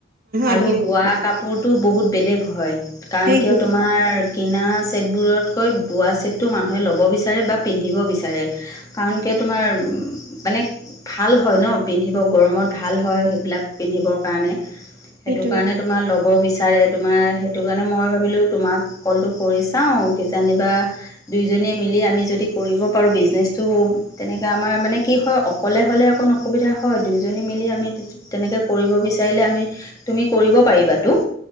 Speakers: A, on the left (about 15°); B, on the right (about 45°).
A: আৰু
B: আহিবই
A: বোৱা
B: সেইটো
A: কাপোৰটো বহুত বেলেগ হয় কাৰণ
B: সেইটোৱে
A: কিয় তোমাৰ কিনা ছেটবোৰতকৈ বোৱা ছেটটো মানুহে ল'ব বিচাৰে বা পিন্ধিব বিচাৰে কাৰণ মানে ভাল হয় ন পিন্ধিব গৰমত ভাল হয় সেইবিলাক পিন্ধব কাৰণে মানে সেইটো
B: সেইটোৱে
A: কাৰণে তুমাৰ ল'ব বিচা বিছাৰে‌ তুমাৰ সেইটো কাৰণে মই ভাবিলো তুমাক কলটো কৰি চাও, জানিবা দুয়োজনী মি আমি যদি কৰিব পাৰো বিজনেছটো তেনেকে আমাৰ মানে কি হয় অকলে হ'লে অকন অশুবিধা সুবিধা হয় দুইজনী মিলি আমি তেনেকে কৰিব বিচাৰিলে আমি তুমি কৰিব পাৰিবাটো।